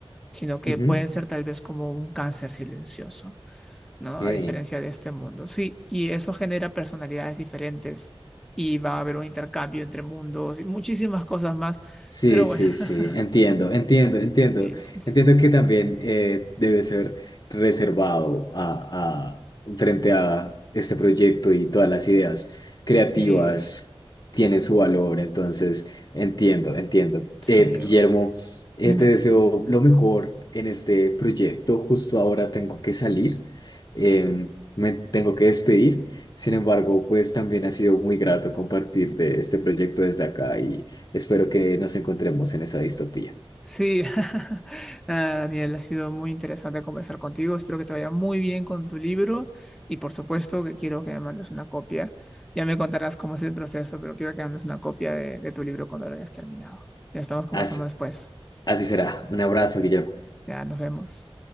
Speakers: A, in the centre; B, on the left.
A: sino que
B: Ujú.
A: pueden ser tal vez como un cáncer silencioso. ¿no?
B: Ok.
A: A diferencia de este mundo. Sí, y eso genera personalidades diferentes y va a haber un intercambio entre mundos y muchísimas cosas más.
B: Sí,
A: Pero
B: sí,
A: bueno, <laughs>
B: sí, entiendo, entiendo, entiendo.
A: sí, sí, sí,
B: Entiendo que también eh, debe ser reservado a, a- frente a este proyecto y todas las ideas creativas
A: sí,
B: tienen su valor, entonces entiendo, entiendo.
A: sí,
B: Eh, Guillermo,
A: bueno,
B: eh,
A: dime.
B: te deseo lo mejor en este proyecto. Justo ahora tengo que salir, eh, me tengo que despedir. Sin embargo, pues también ha sido muy grato compartir de este proyecto desde acá y Espero que nos encontremos en esa distopía.
A: Sí, <laughs> nada, Daniel, ha sido muy interesante conversar contigo. Espero que te vaya muy bien con tu libro y por supuesto que quiero que me mandes una copia. Ya me contarás cómo es el proceso, pero quiero que me mandes una copia de, de tu libro cuando lo hayas terminado. Ya estamos conversando
B: Así,
A: después.
B: así será. Un abrazo, Guillermo.
A: Ya nos vemos.